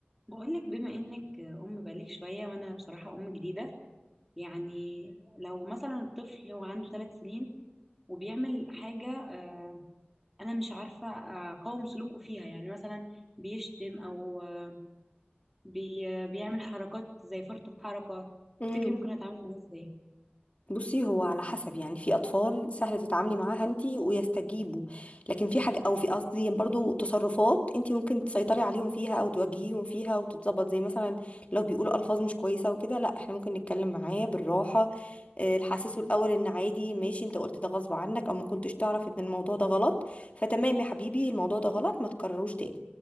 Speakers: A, in the centre; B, on the left (about 35°).
A: بقولك بما انك ام بقالك شويه وانا بصراحه ام جديده يعني لو مثلا الطفل هو عنده ثلاث سنين وبيعمل حاجه آه، انا مش عارفه اقاوم سلوكه فيها يعني مثلا بيشتم او آه، بي بيعمل حركات زي فرط الحركه
B: امم
A: تفتكري ممكن اتعامل معاه ازاي
B: بصي هو على حسب يعني في اطفال سهل تتعاملي معاها انتي ويستجيبوا لكن في حاجه او في قصدي برضو تصرفات انتي ممكن تسيطري عليهم فيها او توجهيهم فيها وتتظبط زي مثلا لو بيقولوا الفاظ مش كويسه وكده لا احنا ممكن نتكلم معاه بالراحه آه، نحسسه الاول ان عادي ماشي انت قلت ده غصب عنك او ما كنتش تعرف ان الموضوع ده غلط فتمام يا حبيبي الموضوع ده غلط ما تكرروش تاني